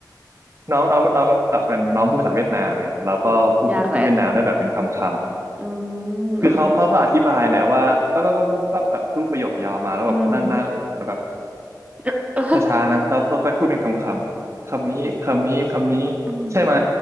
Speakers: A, on the right (about 40°); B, on the right (about 20°).
A: น้องน้องน้องแบบเป็นน้องพูดภาษาเวียดนามไงเราก็พูดพูดเวียดนามได้แบบเป็นคำคำ
B: โอ้ยากแล้วอืมโอเค
A: คือเขาเขาก็อธิบายแหละว่าปั๊บปั๊บปั๊บปั๊บปั๊บแบบพูดประโยคยาวมาแล้วแบบนั่งหน้าเออแล้วแบบ
B: อืม <laughs> เออ
A: ช้าๆนะเราก็ค่อยพูดเป็นคำคำคำนี้คำนี้คำนี้
B: อืม
A: ใช่ไหม